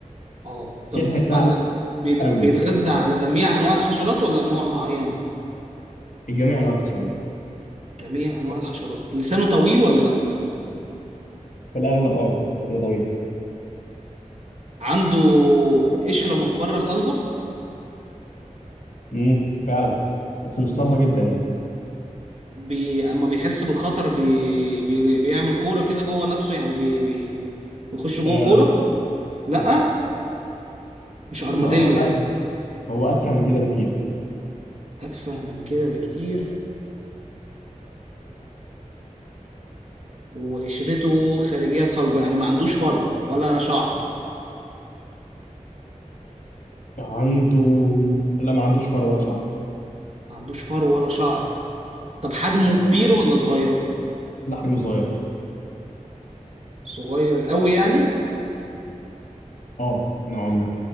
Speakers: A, on the right; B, on the left.
A: اه طب
B: كده سهلتها
A: مثلا
B: عليك
A: بيت-
B: قوي
A: بيتغذى على جميع انواع الحشرات ولا انواع معين
B: الجميع انواع الحشرات
A: جميع انواع الحشرات لسانه طويل ولا لا
B: في الاغلب اه كده طويل
A: عنده قشرة من بره صلبة
B: امم فعلا بس مش صلبة
A: يبقى
B: جدا يعني
A: بي... اما بيحس بالخطر بي... بي... بيعمل كورة كده جوه نفسه يعني بي... بي... بيخش جوه
B: آه
A: كورة
B: لا
A: لا
B: لا
A: مش ارماديلو
B: ما هو آه،
A: يعني
B: هو اتفه من كده بكتير
A: اتفه من كده بكتير وقشرته خارجية صلبة يعني ما عندوش فرو ولا شعر
B: عنده لا ما عندوش فر ولا شعر
A: ما عندوش فرو ولا شعر طب حجمه
B: لا
A: كبير ولا صغير
B: لا حجمه صغير
A: صغير قوي يعني
B: اه نوعا ما